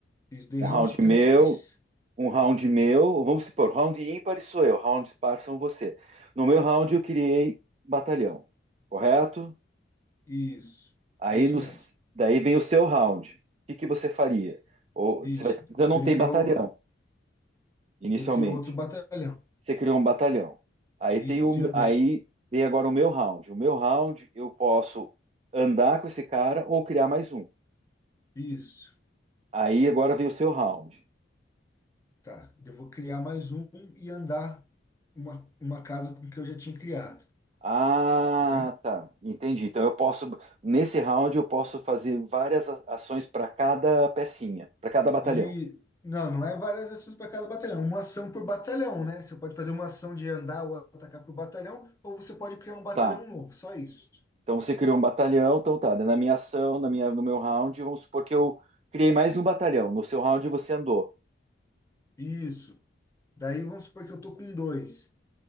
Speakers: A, on the left; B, on the right.
A: isso, daí
B: Um
A: round
B: round
A: três
B: meu, Um round meu, vamos supor, round ímpar sou eu, round par são você. No meu round eu criei batalhão, correto?
A: isso,
B: Aí
A: isso
B: nos,
A: mesmo.
B: daí vem o seu round. O que que você faria? Ou
A: Isso,
B: você vai, você não
A: daí
B: tem
A: ele criou,
B: batalhão inicialmente.
A: daí criou outro batalhão.
B: Você criou um batalhão. Aí
A: Isso,
B: tem o,
A: e andei.
B: aí vem agora o meu round. O meu round eu posso andar com esse cara ou criar mais um.
A: Isso,
B: Aí agora vem o seu round.
A: tá. Eu vou criar mais um e andar uma, uma casa com o que eu já tinha criado,
B: Ah,
A: entendeu
B: tá. Entendi. Então eu posso, nesse round, eu posso fazer várias a- ações para cada pecinha, para cada batalhão.
A: E não, não é várias ações para cada batalhão, é uma ação por batalhão, né? Você pode fazer uma ação de andar ou atacar por batalhão, ou você pode criar um batalhão
B: Tá.
A: novo, só isso.
B: Então você criou um batalhão, então tá. Na minha ação, na minha, no meu round, vamos supor que eu criei mais um batalhão. No seu round você andou.
A: Isso. Daí vamos supor que eu tô com dois.